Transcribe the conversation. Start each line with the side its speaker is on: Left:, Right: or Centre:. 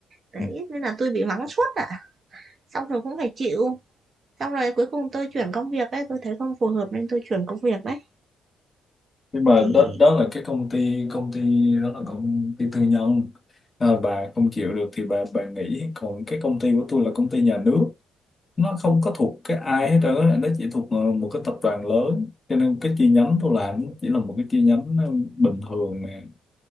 Right: đấy
Left: ừ.
Right: nên là tôi bị mắng suốt ạ xong rồi cũng phải chịu xong rồi cuối cùng tôi chuyển công việc ấy tôi thấy không phù hợp nên tôi chuyển công việc đấy
Left: nhưng mà
Right: thì
Left: đó đó là cái công ty công ty đó là công ty tư nhân à, bà không chịu được thì bà bà nghỉ còn cái công ty của tôi là công ty nhà nước nó không có thuộc cái ai hết trơn á nó chỉ thuộc ờ, một cái tập đoàn lớn cho nên cái chi nhánh tôi làm nó chỉ là một cái chi nhánh ờ, bình thường nè